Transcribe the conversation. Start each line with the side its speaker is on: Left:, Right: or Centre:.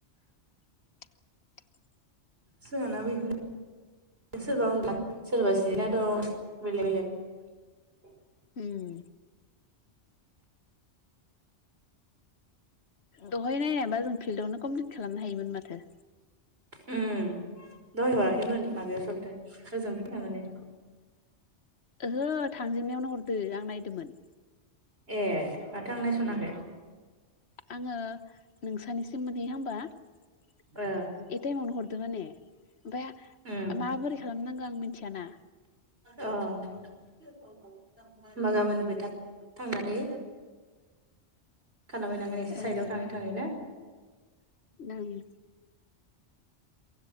Left: <unintelligible>
Right: जोंहानाबो इदिनो सोरबा उन्दुदों सोरबा जिरायना दं बेलेग बेलेग
Left: उम दहाय रायलायनायबा जों फिल्डावनो कमप्लिट खालामनो हायोमोन माथो।
Right: उम दहाय हराखैमोन माबायावसो हरदों ओजों फैखांनानै।
Left: ओहो थांजेननायावनो हरदो आं नायदोंमोन।
Right: ए माथो आं नायस'नाखै।
Left: आंङो नोंसानिसिम मोनहैहांबा ए
Right: ओ
Left: टाइमावनो हर। दो माने ओमफ्राय
Right: अ
Left: माबोरै खालामनांगो आं मिथियाना।
Right: अ होमबा गाबोननिफ्राय थाब थांनानै। खालामहैनांगोन एसे साइदआव
Left: ओं
Right: थांङै थांङैनो। <inaudible>
Left: ओं